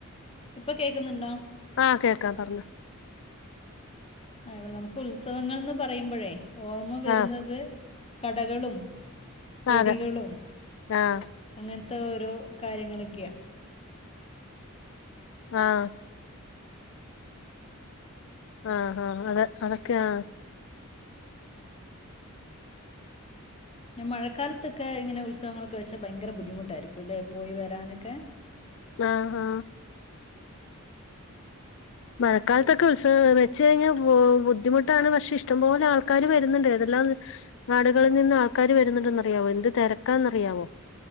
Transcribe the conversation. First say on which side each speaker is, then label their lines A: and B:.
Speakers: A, on the left; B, on the left.
A: ഇപ്പം കേൾക്കുന്നുണ്ടോ
B: ആഹ് കേക്കാ പറഞ്ഞോ?
A: ആ ഇവിടെ നമുക്ക് ഉത്സവങ്ങൾന്ന് പറയുമ്പഴേ ഓർമ്മ വരുന്നത്
B: ആഹ്
A: കടകളും പൊരികളും
B: അതെ ആഹ്
A: അങ്ങനത്തെ ഓരോ കാര്യങ്ങളൊക്കെയാ.
B: ആഹ് ആഹ് ആഹ് അത അതൊക്കെയാ.
A: ന്നെ മഴക്കാലത്തൊക്കെ ഇങ്ങനെ ഉത്സവങ്ങളൊക്കെ വെച്ചാ ഭയങ്കര ബുദ്ധിമുട്ടായിരിക്കുംല്ലെ പോയി വരാനൊക്കെ.
B: ആഹ് ഹാ മഴക്കാലത്തൊക്കെ ഉത്സവം വെച്ച് കഴിഞ്ഞാ ബുദ്ധിമുട്ടാണ്. പക്ഷെ ഇഷ്ടംപോലെ ആൾക്കാര് വരുന്നുണ്ട്. ഏതെ ല്ലാം നാടുകളി നിന്നും ആൾക്കാര് വരുന്നുണ്ടെന്നറിയാവോ എന്ത് തിരക്കാന്ന്റിയാവോ?